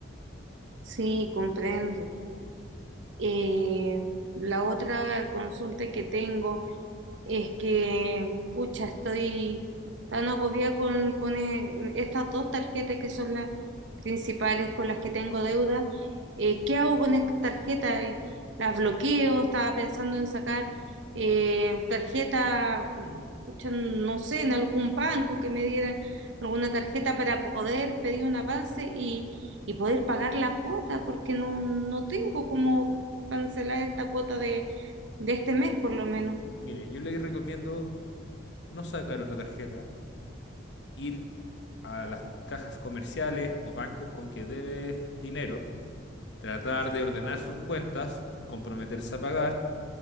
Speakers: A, on the right; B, on the left.
A: Sí, comprendo. Eh, la otra consulta que tengo... Es que, pucha, estoy tan agobiada con, con eh, estas dos tarjetas que son las principales con las que tengo deuda. Eh, ¿qué hago con estas tarjetas? Eh, ¿las bloqueo? Estaba pensando en sacar eh, tarjeta, mm, pucha, no sé, en algún banco que me diera alguna tarjeta para poder pedir un avance y, y poder pagar la cuota, porque no, no tengo cómo cancelar esta cuota de, de este mes por lo menos.
B: Mire, yo le recomiendo no sacar otra tarjeta, ir a las cajas comerciales o bancos con que debe dinero, tratar de ordenar sus cuentas, comprometerse a pagar,